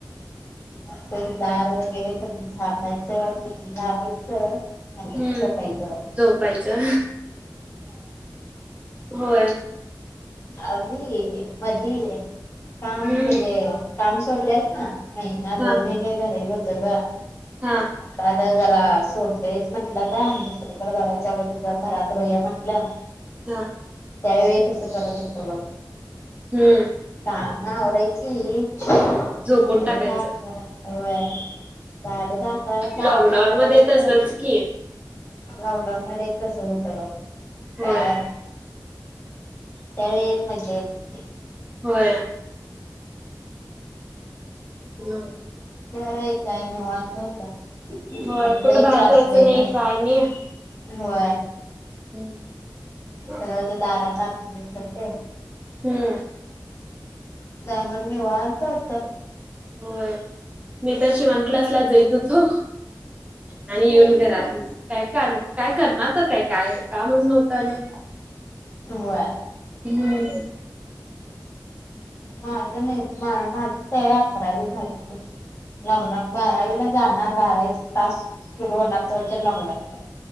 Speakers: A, on the left; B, on the right.
A: मस्तपैकी दार वगैरे सगळं झाकायचं, टी व्ही लावायचं आणि
B: हम्म,
A: झोपायचं बघ
B: झोपायचं होय.
A: आधी मधी, काम
B: हम्म
A: म्हणजे. काम सोडलेल ना, महिना
B: हा
A: दोन महिने घरी होतो गं.
B: हा
A: <unintelligible> जरा सोडलंयच म्हटलं आता, मग दुसरीकडं बघायच्या आधी मग जरा घरात राहूया म्हटलं‌.
B: <unintelligible>
A: त्यावेळी तसं करत होतो मग.
B: हम्म.
A: काम आवरायची. साडे
B: झोपून टाकायचं
A: दहा अकरा, होय. साडे दहा, अकराला काम
B: लॉकडाऊन
A: आवरायचं
B: मध्ये तसच की
A: लॉकडाऊनमध्ये एक तसं होतं बघ.
B: होय
A: काय त्यावेळी एक मजा येत होती.
B: होय. हॅलो.
A: त्या वेळी काय निवांत होतं आणि
B: होय कुठे
A: लई
B: बाहेर
A: त्रास
B: जायचं
A: <unintelligible>
B: नाही काय नाही
A: होय.
B: हम्म, बर.
A: सगळं दारात आणून देतात ते.
B: हम्म.
A: <unintelligible> निवांत होतात.
B: होय. मी तर शिवण क्लासला जायत होतो. आणि येऊन घरात काय कर काय करणार तर काय काय कामच नव्हतं आणि.
A: होय.
B: हम्म.
A: माझ नाही, मा-माझी काय अकरावी झाली. लॉकडाऊन बारावीला जाणार, बारावीच तास सुरू होणार <unintelligible> लॉकडाऊन पडलाय.